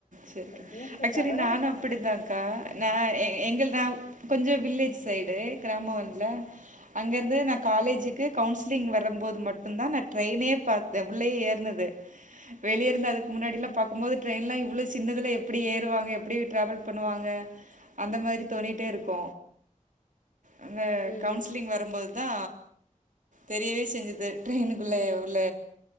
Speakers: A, on the right; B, on the left.
A: செரிக்கா
B: பீச்ச
A: ஆக்சுவலி
B: தவர
A: நானு அப் டிதாக்கா நா எ எங்கள்து நா கொஞ்ச வில்லேஜ் சைடு கிராமோல்ல அங்க இருந்து நா காலேஜுக்கு கவுன்சிலிங் வரம்போது மட்டுந்தா நா ட்ரெயினயே பாத் தே உள்ளயே ஏறுனது வெளிய இருந்து அதுக்கு முன்னாடில்லா பாக்கும் போது ட்ரெயின்லா இவ்வள சின்னதுல எப்டி ஏறுவாங்க எப்டி டிராவல் பண்ணுவாங்க அந்த மாரி தோணிட்டே இருக்கு அங்க
B: ம்
A: கவுன்சிலிங் வரம்போதுதா தெரியவே செஞ்சது ட்ரெயினுக்குள்ள உள்ள